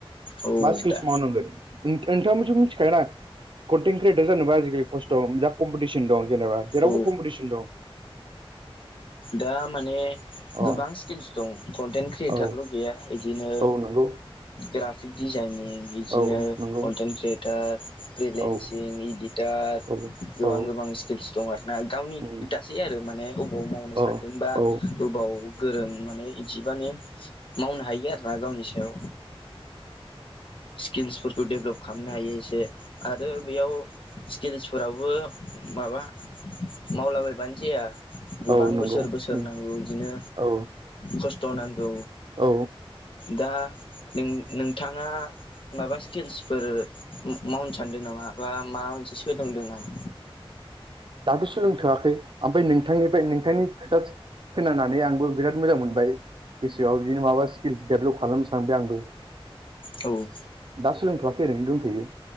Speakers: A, on the left (about 60°); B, on the right (about 55°).
A: औ
B: मा स्किल्स
A: दा
B: मावनांगोन नोंथाङाबोथ' मिथिखागौ दा कन्टेन् क्रियेटार जानोबा आजिलिस्थ मोन जा कमपिटिसन दं जेनेबा जेरावबो
A: औ
B: कम्पिटिसन दं
A: दा माने
B: अ
A: गोबां स्किल्स दं कन्टेन्ट क्रियेटारल'
B: औ
A: गैया इदिनो
B: औ नंगौ
A: ग्राफिक डिजाइनिं बिदिनो
B: औ नंगौ
A: कन्टेन्ट क्रियेटार फ्रिलेन्सिं
B: औ
A: इदिटार
B: औ
A: गोबां
B: औ
A: गोबां स्किलस दं आर ना गावनि
B: औ
A: खोथासै आरो माने हबाव मावनो
B: औ
A: सानदोंबा
B: औ
A: ओबाव गोरों माने इदिबानो मावनो हायो आरो ना गावनि सायाव स्किल्सफोरखौ डेभ्लप खालामनो हायो एसे आरो बेयाव स्किल्सफोरावबो माबा मावलाबायबानो जाया गोबां
B: औ नंगौ
A: बोसोर बोसोर
B: नों-
A: नांगौ इदिनो
B: औ
A: खस्थ' नांगौ
B: औ
A: दा नों नोंथाङा माबा स्किल्सफोर मावनो सानदों नामा बा माबा मोनसे सोलोंदों नामा?
B: दाथ' सोलोंथोआखै ओमफ्राय नोंथांनिफ्राय नोंथांनि खोथा खोनानानै आंबो बिराद मोजां मोनबाय गोसोआव बिदिनो माबा स्किल्स डेभलप खालामनो सानबाय आंबो
A: औ
B: दा सोलोंथ'वाखै ओरैनो दंथ'यो